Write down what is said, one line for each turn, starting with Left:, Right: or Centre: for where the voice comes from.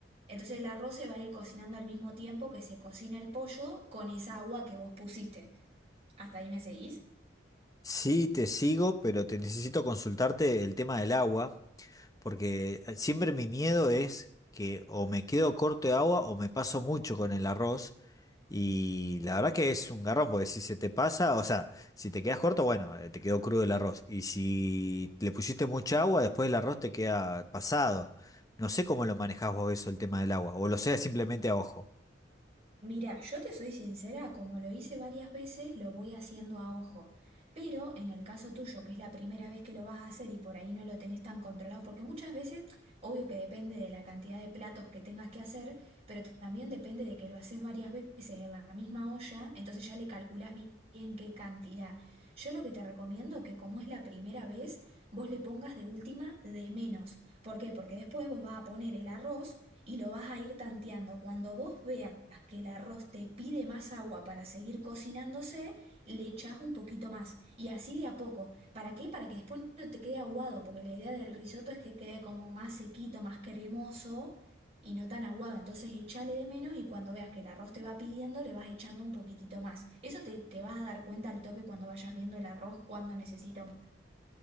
Right: Entonces, el arroz se va a ir cocinando al mismo tiempo que se cocina el pollo con esa agua que vos pusiste. ¿Hasta ahí me seguís?
Left: Sí, te sigo, pero te necesito consultarte el tema del agua. Porque eh, siempre mi miedo es que o me quedo corto de agua o me paso mucho con el arroz. Y la verdad que es un garrón, porque si se te pasa, o sea, si te quedas corto, bueno, eh, te quedó crudo el arroz. Y si le pusiste mucha agua, después el arroz te queda pasado. No sé cómo lo manejás vos eso, el tema del agua. O lo sea simplemente a ojo.
Right: Mira, yo te soy sincera, como lo hice varias veces, lo voy haciendo a ojo. Pero en el caso tuyo, que es la primera vez que lo vas a hacer y por ahí no lo tenés tan controlado, porque muchas veces, obvio que depende de la cantidad de platos que tengas que hacer, pero también depende de que lo haces varias veces en la misma olla, entonces ya le calculás bi- bien qué cantidad. Yo lo que te recomiendo que como es la primera vez, vos le pongas de última de menos. ¿Por qué? Porque después vos vas a poner el arroz y lo vas a ir tanteando. Cuando vos veas que el arroz te pide más agua para seguir cocinándose, le echás un poquito más y así de a poco. ¿Para qué? Para que después no te quede aguado, porque la idea del risotto es que quede como más sequito, más cremoso y no tan aguado. Entonces échale de menos y cuando veas que el arroz te va pidiendo, le vas echando un poquitito más. Eso te, te vas a dar cuenta al toque cuando vayas viendo el arroz, cuando necesita un...